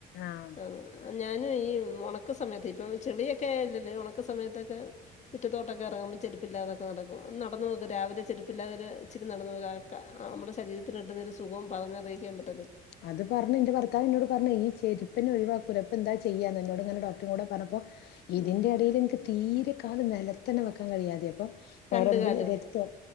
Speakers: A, on the left; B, on the left.
A: ആഹ്
B: ആ ഞാനും ഈ ഒണ <unintelligible> സമയത്തെ ഇപ്പൊ ചെളിയൊക്കെ അല്ലല്ലോ ഒണക്കു സമയത്തൊക്കെ മിറ്റത്തോട്ട് ഒക്കെ ഇറങ്കുമ്പോ ചെരുപ്പ് ഇല്ലാതെ ഒക്കെ നടക്കും ഒന്ന് നടന്നു നോക്ക് രാവിലെ ചെരുപ്പ് ഇല്ലാതെ ഇച്ചിരി നടന്നു നോക്ക് നമ്മടെ ശരീരത്തിന് കിട്ടുന്ന ഒരു സുഖം പറഞ്ഞത് അറിക്കാൻ - ക്കണം <unintelligible>
A: അത് പറഞ്ഞ് ന്റെ ഭർത്താവിന്നോട് പറഞ്ഞ് ഈ ചെരുപ്പിനെ ഒഴിവാ ക്കൂല പ്പ എന്താ ചെയ്യാന്ന് എന്നോടങ്ങനെ ഡോക്ടരും കൂടേ പറഞ്ഞപ്പോ ഇതിന്റെ
B: ഉം.
A: എടേല് നിക്ക് തീരെ കാല് നെല അതിൽ തന്നെ വെക്കാ കഴിയാതെ അപ്പം-
B: രണ്ട്
A: ഞരമ്പില്
B: കാലും
A: രക്തം